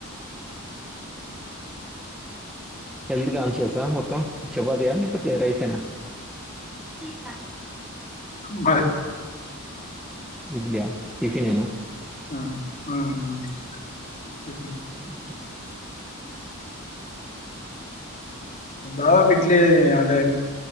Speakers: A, in the centre; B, on the left.
A: హెల్త్ కాం చేసా మొత్తం చెపాతయాపోతే రైసనా ప
B: బస్
A: ఇడ్లి్యా టిఫిన్ ఏనా
B: ఆ
A: ఇ సార్
B: దా పిడ్ ఇట్ అంటే